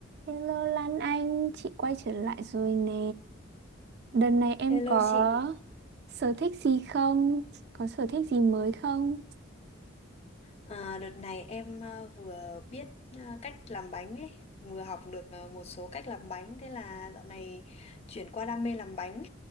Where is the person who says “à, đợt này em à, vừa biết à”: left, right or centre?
Left